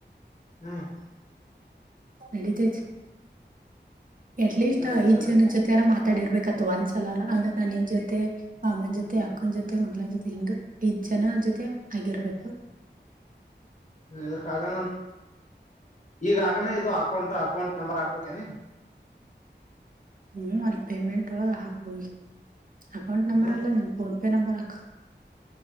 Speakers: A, on the left; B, on the right.
A: ಹ್ಮ್
B: ನೆಡಿತೈತೆ. ಎಟ್ಲೀಸ್ಟ್
A: ಒಬ್ರಿಗೆ
B: ಐದ್
A: ಸಲ
B: ಜನ ಜೊತೆಯರ ಮಾತಾಡಿರ್ಬೇಕತ್ತು ಒಂದ್ಸಲರ ಅಂದ್ರ ನಾನ ನಿನ್ ಜೊತೆ. ಅಮ್ಮನ ಜೊತೆ ಅಕ್ಕನ ಜೊತೆ ಮಗಳನ್ ಜೊತೆ ಹಿಂಗೈಜ್ ಜನ ಜೊತೆ ಆಗಿರ್ಬೇಕು.
A: <inaudible> ಇದಕ್ಕಾಗ ಈಗ ಆಗನೇ ಇದು ಅಕೌಂಟ್ ಅಕೌಂಟ್ ನಂಬರ್ ಹಾಕೋಕೇನಿ.
B: ಹ್ಮ ಅಲ್ಲಿ ಪೇಮೆಂಟ್ ಒಳಗೆ ಹಾಕೊಳ್ಳಿ ಅಕೌಂಟ್ ನಂಬರ್
A: ಹ್ಮ್
B: ಅಲ್ಲ ನೀನ್ ಫೋನ್ಪೇ ನಂಬರ್ ಹಾಕು.